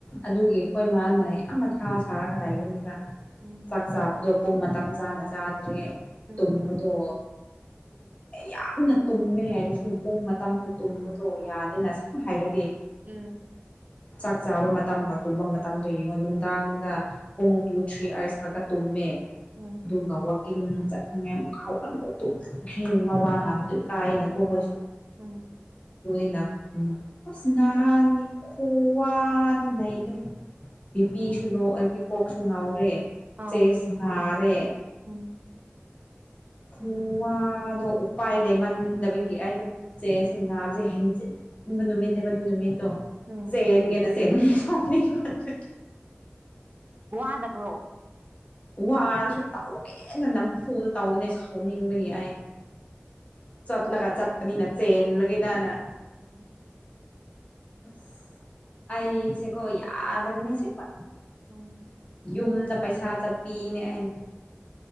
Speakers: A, on the left (about 30°); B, on the right (about 40°).
A: ꯑꯗꯨꯒꯤ ꯑꯈꯣꯏ ꯃꯥꯅ ꯌꯥꯝ ꯃꯊꯥ ꯁꯥꯔꯒꯗ ꯂꯩꯕꯅꯦꯕ
B: ꯎꯝ
A: ꯆꯥꯛ ꯆꯥꯕꯗꯣ ꯄꯨꯡ ꯃꯇꯝ ꯆꯥꯅ ꯆꯥꯗ꯭ꯔꯦ
B: ꯎꯝ
A: ꯇꯨꯝꯕꯗꯣ ꯌꯥꯝꯅ ꯇꯨꯝꯃꯦ ꯍꯥꯏꯔ ꯁꯨꯝ ꯄꯨꯡ ꯃꯇꯝꯗ ꯇꯨꯝꯕꯗꯣ ꯌꯥꯗꯦꯅ ꯁꯨꯝ ꯍꯥꯏꯔꯗꯤ
B: ꯎꯝ
A: ꯆꯥꯛ ꯆꯥꯕ ꯃꯇꯝꯒ ꯇꯨꯝꯕ ꯃꯇꯝꯗꯣ ꯌꯦꯡꯉꯣ ꯅꯨꯡꯗꯥꯡꯗ ꯄꯨꯡ ꯇꯨ ꯊ꯭ꯔꯤ ꯑꯥꯔꯁ ꯈꯛꯇ ꯇꯨꯝꯃꯦ
B: ꯎꯝ
A: ꯗꯨ <unintelligible> ꯀꯤꯡ ꯆꯠꯅꯤꯡꯉꯥꯏ ꯑꯃꯨꯛꯀ ꯍꯧꯒꯠꯕ ꯇꯨꯝꯃꯟꯈ꯭ꯔꯦꯅ ꯋꯥ ꯉꯥꯡꯕꯗꯨ ꯏꯀꯥꯏꯌꯦꯅꯀꯣ ꯈꯣꯏꯁꯨ
B: ꯎꯝ
A: ꯇꯣꯏꯅꯥ ꯑꯁ ꯅꯥꯍꯥꯟꯗꯤ ꯈꯨꯋꯥꯗꯤ ꯂꯩꯗ꯭ꯔꯦ ꯕꯤꯄꯤꯁꯨ ꯂꯣ ꯑꯣꯢꯕꯩ ꯀꯣꯛꯁꯨ ꯉꯥꯎꯔꯦ
B: ꯑꯥꯎ
A: ꯆꯦꯁ ꯅꯥꯔꯦ
B: ꯎꯝ
A: ꯈꯨꯋꯥꯗꯣ ꯎꯄꯥꯏ ꯂꯩꯃꯟꯗꯕꯒꯤ ꯑꯩꯗꯣ ꯆꯦꯁ ꯁꯦ ꯅꯥꯕꯁꯦ ꯍꯦꯟ ꯅꯨꯃꯤꯠꯅꯦꯕ ꯑꯗꯨ ꯅꯨꯃꯤꯠꯇꯣ
B: ꯎꯝ
A: ꯆꯦꯟꯑꯦꯅ ꯆꯦꯟꯕꯅꯤ ꯁꯥꯎꯅꯤꯡꯕꯒꯤ
B: ꯋꯥꯗꯕ꯭ꯔꯣ
A: ꯋꯥꯔꯁꯨ ꯇꯧꯒꯦꯅ ꯅꯝꯐꯨꯗ ꯇꯧꯕꯅꯦ ꯁꯥꯎꯅꯤꯡꯕꯒꯤ ꯑꯩ ꯆꯠꯂꯒ ꯆꯠꯄꯅꯤꯅ ꯆꯦꯟꯂꯒꯦꯗꯅ
B: ꯎꯝ
A: ꯑꯁ ꯑꯩꯁꯦꯀꯣ ꯌꯥꯗꯕꯅꯦ ꯑꯁꯦꯡꯕ
B: ꯎꯝ
A: ꯌꯨꯝꯗ ꯄꯩꯁꯥ ꯆꯠꯄꯤꯅꯦ ꯑꯩ